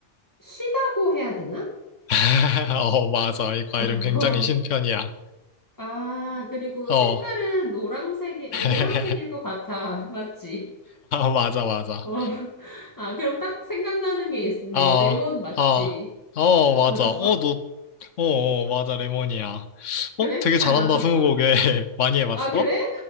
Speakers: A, on the left; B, on the left.
A: 시다고 해야 되나?
B: <laughs> 어, 맞아. 이 과일은
A: <laughs>
B: 굉장히 신편이야.
A: 아, 그리고
B: 어.
A: 색깔은 노란색,
B: <laughs>
A: 노란색일 것 같아. <laughs> 맞지?
B: 맞아, 맞아.
A: 어. 아, 그럼 딱 생각나는 게 있네.
B: 어,
A: 레몬 맞지?
B: 어, 어,
A: 맞았어?
B: 맞아. 어, 너, 어, 어, 맞아. 레몬이야.
A: 그래?
B: 어, 되게
A: 잘
B: 잘한다,
A: 맞췄어?
B: 스무고개. <laughs> 많이 해봤어?
A: 아, 그래?